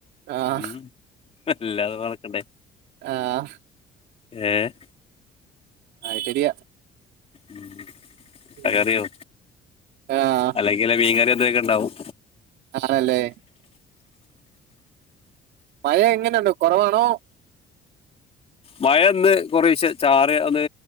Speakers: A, on the right; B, on the left.
A: ആഹ്
B: ഉം വല്ലാതും വളക്കണ്ടേ
A: ആഹ്
B: ഏഹ്
A: അത് ശരിയ
B: ഉം
A: ഉം.
B: ട്ടക്കറിയോ
A: ആഹ്
B: അല ലെ മീങ്കറി എതൊക്കെ ഉണ്ടാവും
A: ആണല്ലേ മഴ എങ്ങനെയുണ്ട് കുറവാണോ
B: മഴ ഇന്ന് കൊറേശ ചാറ് അന്ന്